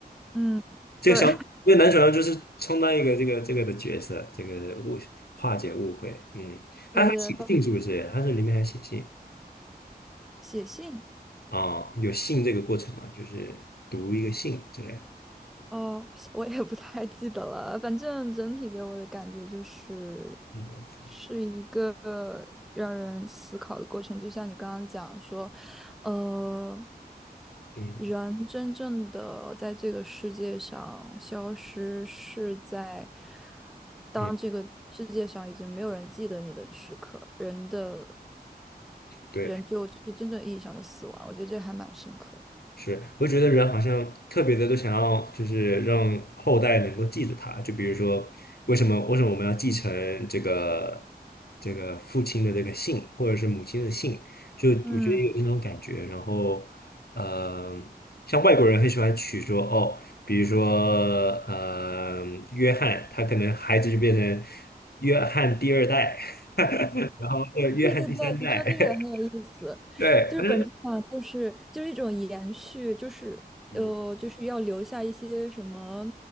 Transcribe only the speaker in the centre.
嗯，
对
<laughs>，对对，
发
写信
哦，我也不太记得了。反正整体给我的感觉就是，
是一个让人思考的过程。就像你刚刚讲说，呃，
人真正的在这个世界上消失，是在当这个世界上已经没有人记得你的时刻，
人的
人就就是真正意义上的死亡，我觉得这还蛮深刻的。
嗯，
对对对，你说这个也很有意思，
就是本质上就是就是一种延续，
就是呃，
就是要留下一些什么